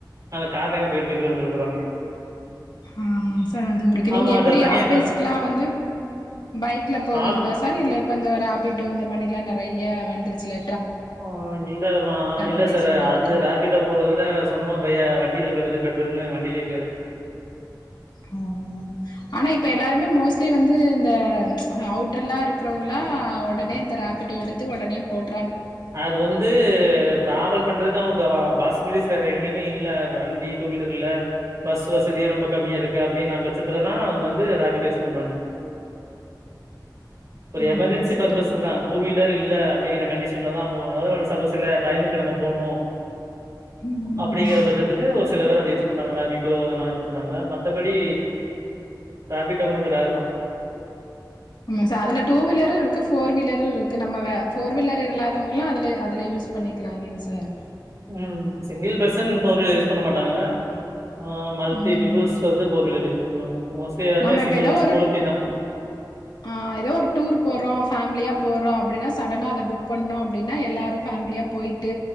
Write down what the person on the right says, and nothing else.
அந்த கார்லயே அவங்க போயிட்டு போயிட்டு வந்துரப் போறாங்க
ஆமா
த தனியா
ட்ரா
ஆஃபி
ஆ இல்லமா இல்ல
சார்
அது ராபிடோ போறத விட சொந்தமா பையா வண்டியில பெய்றது பெட்டருன்னு வண்டியிலேயே
அது வந்து டிராவல் பண்றதுக்கு அவங்களுக்கு பாசிபிலிட்டிஸ் வேற எங்கேயு மே இல்ல வண்டி டூ வீலர் இல்ல பஸ் வசதியு ரொம்ப கம்மியா இருக்கு அப்பிடின்னா பட்சத்துலதான் அவங்க வந்து ரேபிடோ யூஸ் பண்றாங்க ஒரு
எமர்ஜென்சி
பர்பஸ்க்கு தான் டூ வீலர் இல்ல அப்பிடிங்கற கண்டிஷ ன்லதா அவுங்க <unintelligible> பஸ்ல டைமுக்கு நம்ம போணு
அப்பிடிங்கிற
பட்சத்துக்கு ஒரு சில பேர் அத யூஸ் பண்ணாங்கதா வீட்டோ அதுல்லா யூஸ் பண்ணாங்க மத்தபடி ராப்பிடோ உங்களுக் ரேர் தா
ம் single person four wheel use பண்ண மாட்டாங்க ஆ மல்டி
பீப்புள்ஸ் வந்து ஃபோர் வீலர் யூஸ் பண்ணுவாங்க மோஸ்ட்லி எல்லாருமே
சிங்கிள்
ஸ்கூட்டி
தா